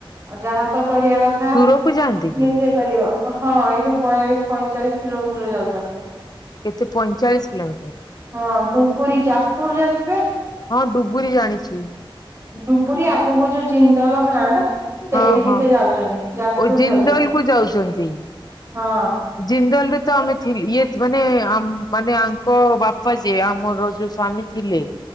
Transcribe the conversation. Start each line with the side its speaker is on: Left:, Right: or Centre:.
Right: ଆଉ ଯାହା ତ କରିଆ କ ଥା
Left: ଦୂରକୁ ଯାଆନ୍ତି
Right: ନିଜେ
Left: କି
Right: କରିବ, ହଁ ଏଇଠୁ ବୟାଳିଶ ପଇଁଚାଳିଶ କିଲୋମିଟର ଯାଉଛନ୍ତି।
Left: କେତେ ପଇଁଚାଳିଶ କିଲୋମିଟର।
Right: ହଁ ଡୁବୁରୀ ଯାଜପୁର ଜାଣିଥିବେ?
Left: ହଁ ଡୁବୁରୀ ଜାଣିଚି।
Right: ଡୁବୁରି ଆଗୁକୁ ଯୋଉ ଜିନ୍ଦଲ ପ୍ଲାଣ୍ଟ ସେଇଠିକି
Left: ହଁ ହଁ।
Right: ସେ ଯାଉଛନ୍ତି। ଯାଜପୁର
Left: ଓ ଜିନ୍ଦଲକୁ
Right: ଯାଉଛନ୍ତି
Left: ଯାଉଛନ୍ତି।
Right: ହଁ
Left: ଜିନ୍ଦଲରେ ତ ଆମେ ଥିଲ ଇଏ ମାନେ ଆମ ମାନେ ଆଙ୍କ ବାପା ଯିଏ ଆମର ଯୋଉ ସ୍ୱାମୀ ଥିଲେ।